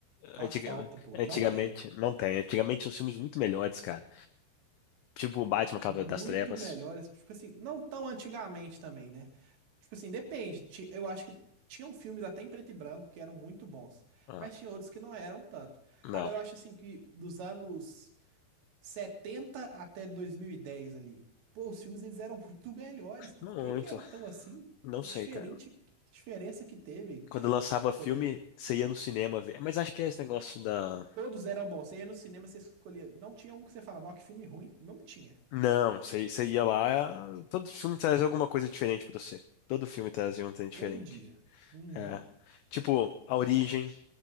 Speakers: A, on the right; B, on the left.
A: Faz
B: antiga-
A: falta, pô.
B: antigamente.
A: Não tem.
B: Não tem. Antigamente tinha uns filmes muito melhores, cara. Tipo o Batman, Cavaleiro
A: Muito
B: das Trevas.
A: melhores. Tipo assim, não tão antigamente também, né? Tipo assim, depende. Ti- Eu acho que tinham filmes até em preto e branco que eram muito bons,
B: Ah,
A: mas tinha outros que não eram tanto.
B: não,
A: Agora eu acho assim que dos anos. 70 até 2010 ali. Pô, os filmes eles eram muito melhores. Por
B: não muito.
A: que que era tão assim?
B: Não
A: Que
B: sei,
A: diferente,
B: cara.
A: que diferença que teve
B: Quando
A: pra
B: eu lançava
A: poder.
B: filme, você ia no cinema ver. Mas acho que é esse negócio da.
A: Todos eram bons. Você ia no cinema, você escolhia. Não tinha um que você fala, não, que filme ruim. Não tinha.
B: Não, você você ia lá. Todo filme trazia alguma coisa diferente pra você. Todo filme trazia um trem diferente.
A: Todo dia. Uhum.
B: É. Tipo, A Origem,